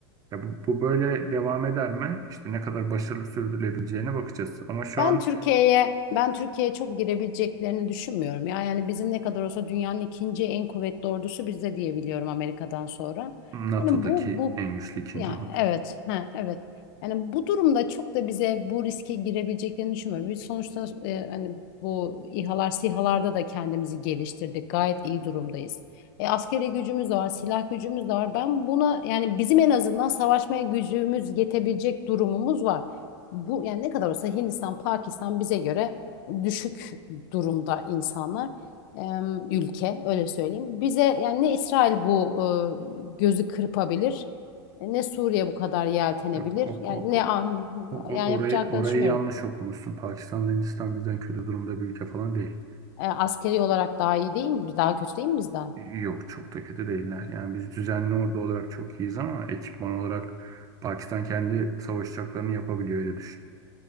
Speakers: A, on the right; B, on the left.
A: Ya bu, bu böyle devam eder mi? İşte ne kadar başarılı sürdürülebileceğine bakacağız. Ama şu
B: Ben
A: an
B: Türkiye'ye ben Türkiye'ye çok girebileceklerini düşünmüyorum. Ya yani bizim ne kadar olsa dünyanın ikinci en kuvvetli ordusu bizde diye biliyorum Amerika'dan sonra.
A: NATO'daki
B: Yani bu bu
A: en güçlü ikinci
B: ya
A: ordu.
B: evet ha evet. Yani bu durumda çok da bize bu riske girebileceklerini düşünmüyorum. Biz sonuçta e, hani bu İHA'lar SİHA'larda da kendimizi geliştirdik. Gayet iyi durumdayız. E, askeri gücümüz de var, silah gücümüz de var. Ben buna yani bizim en azından savaşmaya gücümüz yetebilecek durumumuz var bu yani ne kadar olsa Hindistan, Pakistan bize göre düşük durumda insanlar. Em, ülke öyle söyleyeyim. Bize yani ne İsrail bu e, gözü kırpabilir, ne Suriye bu kadar yeltenebilir.
A: Yok, ok,
B: Yani
A: ok.
B: ne
A: O-
B: yani
A: o- Orayı,
B: yapacaklarını
A: orayı
B: düşünmüyorum.
A: yanlış okumuşsun. Pakistan, Hindistan bizden kötü durumda bir ülke falan değil.
B: E, askeri olarak daha iyi değil mi? Daha kötü değil mi bizden?
A: Yok çok da kötü değiller. Yani biz düzenli ordu olarak çok iyiyiz ama ekipman olarak Pakistan kendi savaş uçaklarını yapabiliyor öyle düşün.